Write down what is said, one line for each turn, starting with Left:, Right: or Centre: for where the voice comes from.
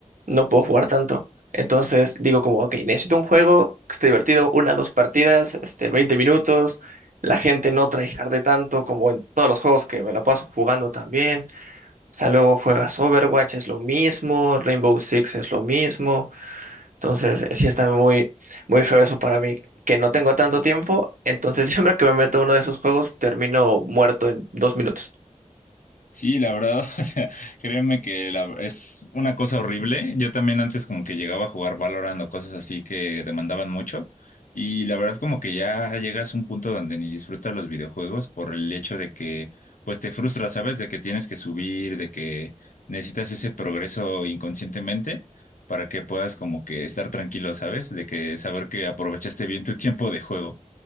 Right: no puedo jugar tanto. Entonces digo como, ok, necesito un juego que esté divertido, una, dos partidas, este, 20 minutos, la gente no de tanto como en todos los juegos que me la paso jugando también. O sea, luego juegas Overwatch, es lo mismo, Rainbow Six es lo mismo. Entonces, sí está muy, muy feo eso para mí, que no tengo tanto tiempo, entonces <laughs> siempre que me meto a uno de esos juegos termino muerto en dos minutos.
Left: Sí, la verdad, <laughs> o sea, créeme que la- es una cosa horrible. Yo también antes como que llegaba a jugar Valorant o cosas así que demandaban mucho. Y la verdad como que ya llegas a un punto donde ni disfrutas los videojuegos por el hecho de que pues te frustras, ¿sabes? De que tienes que subir, de que necesitas ese progreso inconscientemente para que puedas como que estar tranquilo, ¿sabes? De que saber que aprovechaste bien tu <laughs> tiempo de juego.